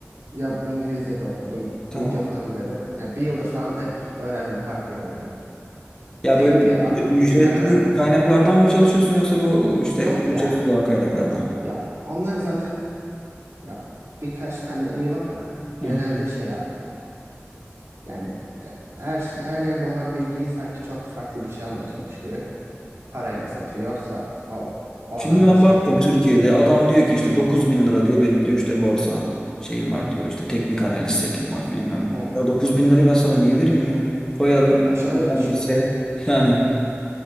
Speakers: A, on the right (about 70°); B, on the left (about 15°).
A: ya İngilizce de okudum, video
B: Tamam.
A: falan izledim. Ya bir yıldır falan hep öğrendim farklı yerlerden.
B: Ya
A: Tek
B: böyle
A: bir ad,
B: ücretli
A: birinden öğrenmedim.
B: kaynaklardan mı çalışıyorsun yoksa bu işte
A: Yok
B: ücretsiz
A: ya.
B: olan kaynaklardan
A: Ya onlar zaten ya birkaç tane iyi var da genelde
B: mı?
A: şey abi. Yani he- her şey- her yerde olan bilgiyi sanki çok farklı bir şey anlatıyormuş gibi parayla satıyor. Yoksa o, o
B: Şimdi
A: adam
B: ben
A: da şey
B: baktım
A: değil.
B: Türkiye'de
A: hani.
B: adam diyor ki işte 9 bin lira diyor benim diyor işte borsa şeyim var diyor işte teknik analiz setim var bilmem.
A: Hmm.
B: ne. Ya 9 bin lirayı ben sana niye vereyim ya? Koyarım
A: Ya şöyle
B: bir tane
A: düşün.
B: hisseye <laughs> yani